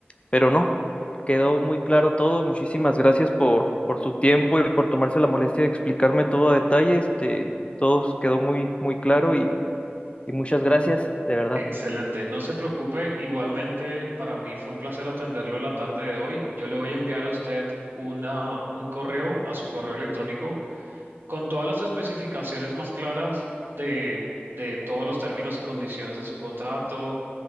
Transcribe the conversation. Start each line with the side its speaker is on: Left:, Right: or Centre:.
Left: pero no. Quedó muy claro todo. Muchísimas gracias por, por su tiempo y por tomarse la molestia de explicarme todo a detalle. Este, todo quedó muy, muy claro y Y muchas gracias, de verdad.
Right: Excelente, no se preocupe. Igualmente, para mí fue un placer atenderlo la tarde de hoy. Yo le voy a enviar a usted una, un correo a su correo electrónico con todas las especificaciones más claras de, de todos los términos y condiciones de su contrato